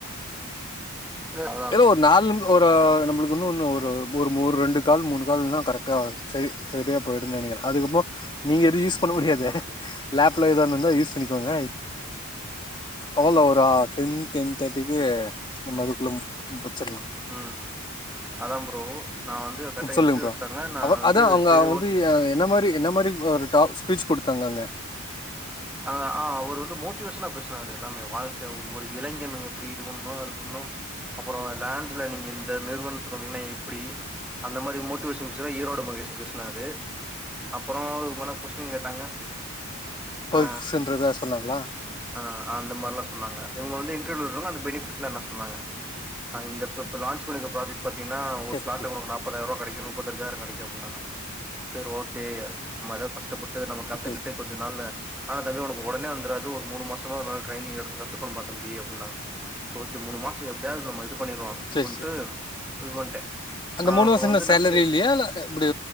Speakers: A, in the centre; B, on the left (about 20°).
A: இல்ல அதா
B: ஏதோ ஒரு நாலு ஒரு நம்ளுக்கு ஒரு ரெண்டு கால் மூணு கால் கனெக்ட்யே ஆகாது சரியா போய்டுனு நினைக்கிறே அதுக்கப நீங்க எதுவு யூஸ் பண்ண முடியாது
A: ம் ம்
B: லேப்ல ஏதன்ன இருந்தா யூஸ் பண்ணிக்கங்க அவல அவரா டென் டென் தேடிக்கு நம் அதுக்குள்ள முடிச்சரலா
A: உம் அதம் ப்ரோ நா வந்து கரெக்டா
B: சொல்லுங்க
A: இன்டர்வியூ
B: ப்ரோ
A: எடுத்தாங்க நா
B: அவ
A: வந்து
B: அதா அவங்க
A: சரி
B: வந்து
A: ஓகே
B: என்ன மாரி என்ன மாரி ஒரு டாப்ஸ் ச்சு கொடுத்தாங்காங்க
A: அ ஆ அவர் வந்து மோட்டிவேஷனா பேசனாரு எல்லாமே வாழ்க்கை ஒரு இளைஞன் எப்படி இது பண்ணு அது பண்ணு அப்புற லேண்ட்ல நீங்க இந்த நிறுவனத்துக்கு வந்தீங்கன்னா எப்டி அந்த மாதிரி மோட்டிவேஷன் ஈரோட மகேஷ பேசினறு அப்புற ஒவ்வொண்ண கொஸ்டின் கேட்டாங்க
B: பஸ்ன்றதா
A: ஆ
B: சொன்னாங்களா
A: ஆ அந்த மாதிரி எல்லா சொன்னாங்கங்க இவங்க இன்டெர்வியூலா இருக்காவாங்க அந்த பெனிபிட் என்ன சொன்னாங்க இந்த லான்சு புக் பன்னிருக்க ப்ராஜெக்ட் பாத்திங்ன்னா ஒரு
B: செரி
A: பிளாட்
B: செரி
A: உளுக்கு நாப்பதாயாரம் கிடைக்கு முப்பத்தஞ்சாயிரம் கிடைக்காங்க சரி ஓகே நம் ஏதாவ பஸ்ட் கஷ்டப்பட்டு நம்ம கத்துக்கிட்டு
B: ஓகே ஓகே
A: கொஞ்ச நாள்ளா ஆனா தம்பி உனக்கு உடனே வந்தறது ஒரு மூணு மாசமா ஒரு ட்ரைனிங் எடுத்து கத்துக்கனுப்பா தம்பி அப்டினாங்க ஓகே மூணு மாசம் எப்டியாவது நம்ம இது பண்ணிடுவோ அப்படின்னுட்டு
B: செரி செரி
A: இது பண்ணிட்டே
B: அந்த
A: ஆ
B: மூணு
A: அப்புற
B: வருஷோ என்ன
A: வந்து
B: சேலரி
A: ந கே
B: இல்லையா இல்ல எப்டி